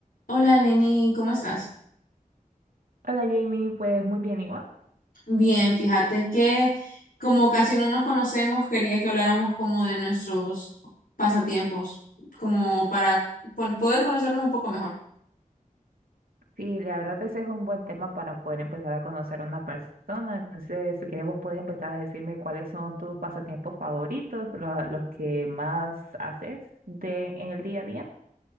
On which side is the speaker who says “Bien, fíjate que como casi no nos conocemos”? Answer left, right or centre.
Left